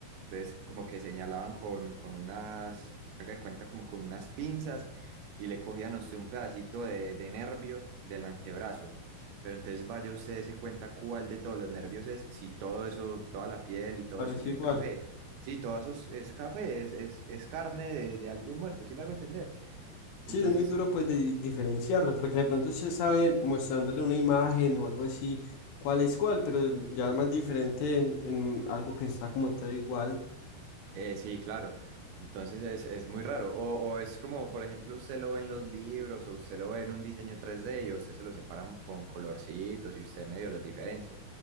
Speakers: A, on the right; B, on the left.
A: entonces, como que señalaban con, con unas, haga de cuenta, como con unas pinzas y le cogían a usted un pedacito de, de nervio del antebrazo. Pero entonces vaya usted se cuenta cuál de todos los nervios es, si todo eso, toda la piel y todo
B: parece
A: eso se ve
B: igual.
A: café. Sí, todo eso es es café, es, es, es carne de, de alguien muerto, ¿sí me hago entender? Entonces,
B: Sí, es muy duro pues de diferenciarlo, porque de pronto se sabe mostrándole una imagen o algo así, cuál es cuál, pero ya es más diferente en, en algo que está como todo igual.
A: Eh, sí, claro. Entonces es, es muy raro. O, o es como, por ejemplo, usted lo ve en los libros o usted lo ve en un diseño tres d y a usted se lo separan con colorcitos y usted medio los diferencia.